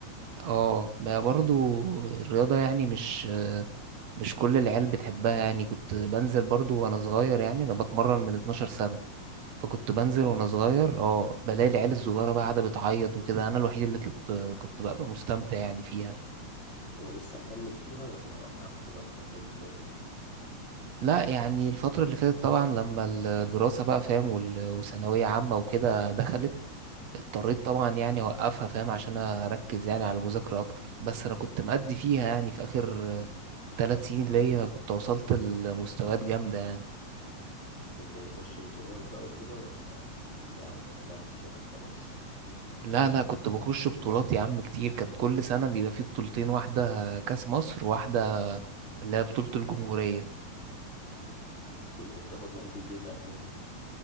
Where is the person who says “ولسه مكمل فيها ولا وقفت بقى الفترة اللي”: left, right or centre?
Left